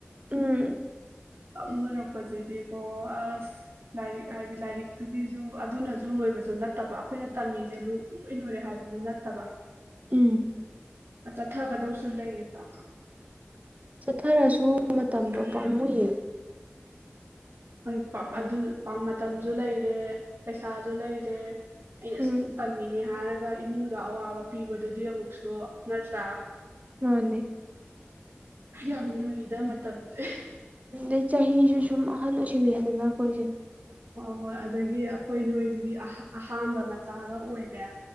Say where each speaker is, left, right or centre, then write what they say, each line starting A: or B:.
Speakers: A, on the right; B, on the right.
A: ꯎꯝ
B: ꯇꯝ ꯂꯣꯏꯔꯛꯄꯖꯤꯗꯤꯀꯣ ꯑꯁ ꯂꯥꯏꯔꯤꯛ ꯍꯥꯏꯗꯤ ꯂꯥꯏꯔꯤꯛꯇꯨꯒꯤꯖꯨ ꯑꯗꯨꯅꯖꯨ ꯂꯣꯏꯕꯖꯨ ꯅꯠꯇꯕ ꯑꯩꯈꯣꯏꯅ ꯇꯝꯃꯤꯁꯦ ꯂꯨ ꯄꯨꯡ ꯂꯣꯏ ꯂꯣꯏꯔꯦ ꯍꯥꯏꯕꯖꯨ ꯅꯠꯇꯕ
A: ꯎꯝ
B: ꯆꯠꯊꯒꯗꯧꯁꯨ ꯂꯩꯔꯤꯕ
A: ꯆꯠꯊꯔꯁꯨ ꯃꯇꯝꯗꯣ
B: ꯑꯗꯩꯗꯤ
A: ꯄꯥꯝꯃꯨꯏꯌꯦ
B: ꯍꯣꯏ ꯄꯥ ꯑꯗꯨ ꯃꯇꯝꯖꯨ ꯂꯩꯔꯦ ꯄꯩꯁꯥꯖꯨ ꯂꯩꯔꯦ ꯑꯩꯅ
A: ꯎꯝ
B: ꯁꯨꯝ ꯇꯝꯃꯤꯅꯦ ꯍꯥꯏꯔꯒ ꯏꯃꯨꯡꯗ ꯑꯋꯥꯕ ꯄꯤꯕꯗꯨꯗꯤ ꯑꯃꯨꯛꯁꯨ ꯅꯠꯇ꯭ꯔ
A: ꯃꯥꯅꯦ
B: ꯌꯥꯝ ꯂꯨꯏꯗꯕ ꯃꯇꯝꯖꯦ
A: ꯑꯗꯨꯗꯩ ꯆꯍꯤꯁꯨ ꯁꯨꯝ ꯑꯍꯟ ꯑꯣꯏꯁꯤꯜꯂꯦꯗꯅ ꯑꯩꯈꯣꯏꯁꯦ
B: ꯍꯣꯏ ꯍꯣꯏ ꯑꯗꯒꯤ ꯑꯩꯈꯣꯏ ꯅꯣꯏꯖꯤꯗꯤ ꯑꯍꯥ ꯑꯍꯥꯟꯕ ꯃꯆꯥꯒ ꯑꯣꯏꯔꯦ